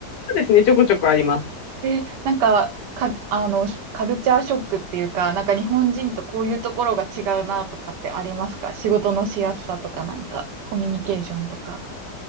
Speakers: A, on the left; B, on the right.
A: うですね。ちょこちょこあります。
B: で、なんか、か、あの、しカルチャーショックっていうか、なんか日本人とこういうところが違うなとかってありますか仕事のしやすさとかなんか、コミュニケーションとか。